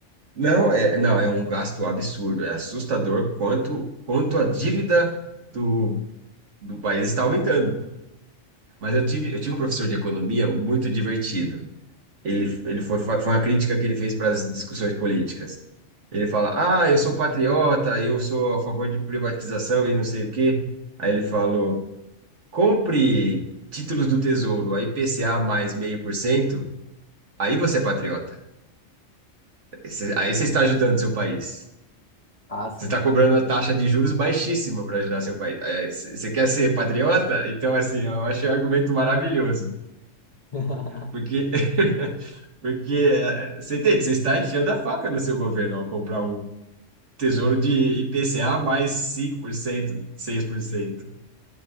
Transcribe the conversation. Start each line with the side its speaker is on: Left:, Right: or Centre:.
Right: Não, é, não, é um gasto absurdo. É assustador quanto, quanto a dívida do, do país está aumentando. Mas eu tive, eu tive um professor de economia muito divertido. Ele, ele foi, foi foi a crítica que ele fez para as discussões políticas. Ele fala: Ah, eu sou patriota, eu sou a favor de privatização e não sei o quê. Aí ele falou: compre títulos do Tesouro, a IPCA mais meio por cento, aí você é patriota. Esse- Aí você está ajudando seu país.
Left: Ah, sim.
Right: Você está cobrando uma taxa de juros baixíssima para ajudar seu país. Aí, c- Você quer ser patriota? Então, assim, eu achei um argumento maravilhoso.
Left: <laughs>
Right: Porque, <laughs> porque eh, você entende? Você está enfiando a faca no seu governo ao comprar um Tesouro de IPCA mais cinco por cento, seis por cento.